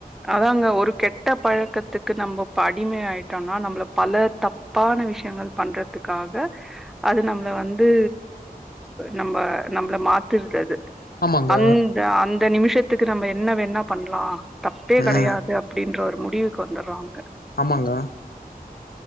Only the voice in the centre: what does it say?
அதாங்க ஒரு கெட்ட பழக்கத்துக்கு நம்ப அடிமை ஆயிட்டோம்னா நம்பள பல தப்பான விஷயங்கள் பண்றதுக்காக அது நம்மளை வந்து நம்ம நம்மளை மாத்திட்டாது அது
அந்த அந் ரெண்டு நிமிஷத்துக்கு நம்ம என்ன வேணா பண்ணலா தப்பே கிடையாது
அப்படின்ற ஒரு முடிவுக்கு வந்துறாங்க